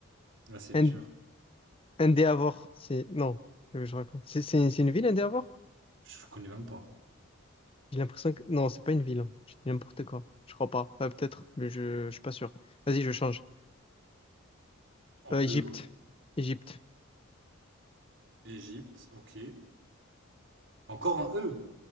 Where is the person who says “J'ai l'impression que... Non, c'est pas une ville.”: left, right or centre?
Left